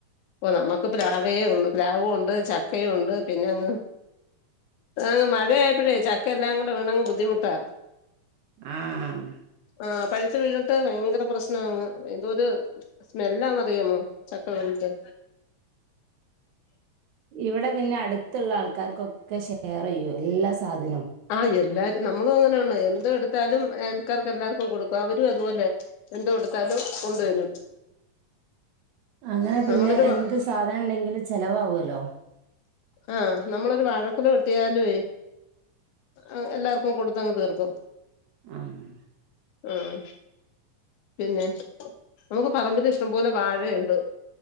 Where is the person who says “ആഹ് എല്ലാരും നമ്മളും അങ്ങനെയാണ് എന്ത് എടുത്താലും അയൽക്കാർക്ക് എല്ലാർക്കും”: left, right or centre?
Left